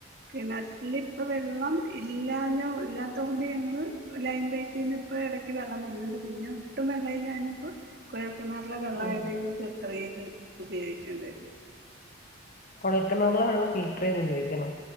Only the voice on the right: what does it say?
കിണറ്റില് ഇപ്പ വെള്ളം ഇല്ലാഞ്ഞോ ഇല്ലാത്തൊണ്ട് ഞങ്ങള് ലൈൻ പൈപ്പീന്ന് ഇപ്പ എടക്ക് വെള്ളം വരുന്നുണ്ട് പിന്നെ ഒട്ടും വെള്ളയിഞ്ഞപ്പോ കുഴക്കിണാറിലെ വെള്ള
ആപ്പോ ഇത്രയും ഇത് ഉപയോഗിക്ക്ണ്ട്